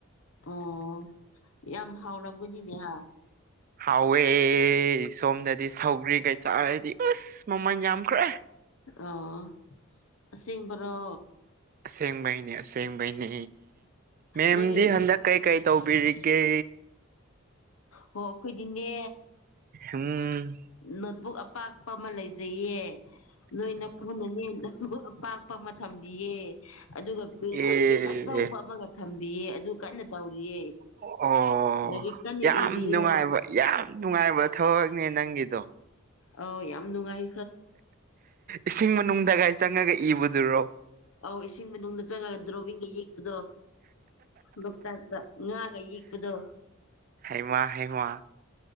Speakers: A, on the left; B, on the right.
A: ꯑꯣ ꯌꯥꯝ ꯍꯥꯎꯔꯝꯒꯅꯤꯅꯦ ꯍꯥ
B: ꯍꯥꯎꯋꯦ ꯁꯣꯝꯗꯗꯤ ꯁꯧꯒ꯭ꯔꯤꯒꯩ ꯆꯥꯔꯗꯤ ꯑꯁ ꯃꯃꯜ ꯌꯥꯝꯈ꯭ꯔꯦ
A: ꯑꯣ ꯑꯁꯦꯡꯕꯔꯣ
B: ꯑꯁꯦꯡꯕꯩꯅꯦ ꯑꯁꯦꯡꯕꯩꯅꯦ ꯃꯦꯝꯗꯤ
A: ꯅꯪꯒꯤ
B: ꯍꯟꯗꯛ ꯀꯩꯀꯩ ꯇꯧꯕꯤꯔꯤꯒꯦ
A: ꯍꯣ ꯈꯣꯏꯗꯤꯅꯦ
B: ꯎꯝ
A: ꯅꯣꯠꯕꯨꯛ ꯑꯄꯥꯛꯄ ꯑꯃ ꯂꯩꯖꯩꯌꯦ ꯅꯣꯏꯅ ꯄꯨꯅꯅꯦ ꯄꯥꯛꯄ ꯑꯃ ꯊꯝꯕꯤꯌꯦ ꯑꯗꯨꯒ ꯄꯦꯟ
B: ꯑꯦ
A: ꯄꯦꯟ ꯑꯆꯧꯕ ꯑꯃꯒ ꯊꯝꯕꯤꯌꯦ ꯑꯗꯨ ꯀꯟꯅ ꯇꯧꯔꯤꯌꯦ
B: ꯑꯣ
A: ꯂꯥꯏꯔꯤꯛ ꯀꯟꯅ
B: ꯌꯥꯝ
A: ꯏꯔꯤꯌꯦ
B: ꯅꯨꯡꯉꯥꯏꯕ ꯌꯥꯝ ꯅꯨꯡꯉꯥꯏꯕ ꯊꯕꯛꯅꯦ ꯅꯪꯒꯤꯗꯣ
A: ꯑꯥꯎ ꯌꯥꯝ ꯅꯨꯡꯉꯥꯏ
B: ꯏꯁꯤꯡ ꯃꯅꯨꯡꯗꯒꯥꯏ ꯆꯪꯉꯒ ꯏꯕꯗꯨꯔꯣ
A: ꯑꯧ ꯏꯁꯤꯡ ꯃꯅꯨꯡꯗ ꯆꯪꯉꯒ ꯗ꯭ꯔꯣꯕꯤꯡꯒ ꯌꯦꯛꯄꯗꯣ ꯂꯣꯛꯇꯥꯛꯇ ꯉꯥꯒ ꯌꯦꯛꯄꯗꯣ
B: ꯍꯩꯃ ꯍꯩꯃ